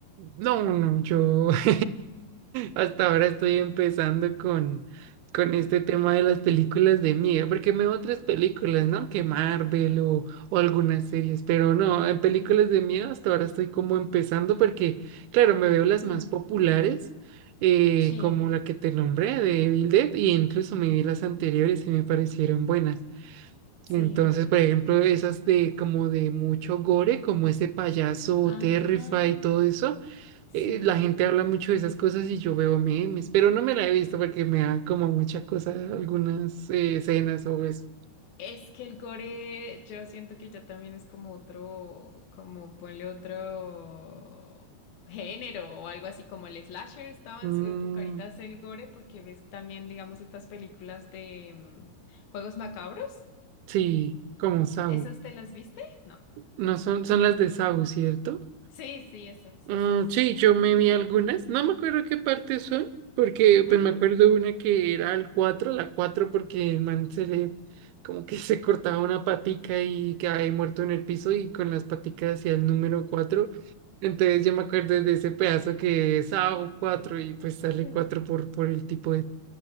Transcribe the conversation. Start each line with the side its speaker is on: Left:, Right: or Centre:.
Right: No, no, yo <laughs> hasta ahora estoy empezando con, con este tema de las películas de miedo, porque me veo otras
Left: Ujú.
Right: películas, ¿no? Que Marvel o, o algunas series, pero no, en películas de miedo hasta ahora estoy como empezando porque, claro, me veo las
Left: Mm,
Right: más populares, eh,
Left: sí,
Right: como la que te nombré de Evil Dead, y incluso me vi las anteriores y me parecieron buenas.
Left: sí.
Right: Entonces, por ejemplo, esas de como de mucho gore, como ese payaso
Left: Ajá,
Right: Terrify y todo eso
Left: sí.
Right: eh, la gente habla mucho de esas cosas y yo veo memes, pero no me la he visto porque me da como mucha cosa algunas eh, escenas o eso.
Left: Es que el gore, yo siento que ya también es como otro, como ponle otro género o algo así como el slasher estaba
Right: Mm,
Left: en su época, ahorita es el gore porque ves también, digamos, estas películas de mm, juegos macabros.
Right: sí, como Saw.
Left: ¿Esas te las viste? No.
Right: No son, son las de Saw, ¿cierto?
Left: Sí, sí, esas,
Right: Mm,
Left: esas.
Right: sí, yo me vi algunas, no me acuerdo qué partes son, porque
Left: Ujú.
Right: pues me acuerdo una que era el 4 la 4 porque el man se le como que se cortaba una patica y cae muerto en el piso y con las paticas hacia el número cuatro Entonces yo me acuerdo de ese pedazo que es ao cuatro y pues sale
Left: Sí.
Right: 4 por, por el tipo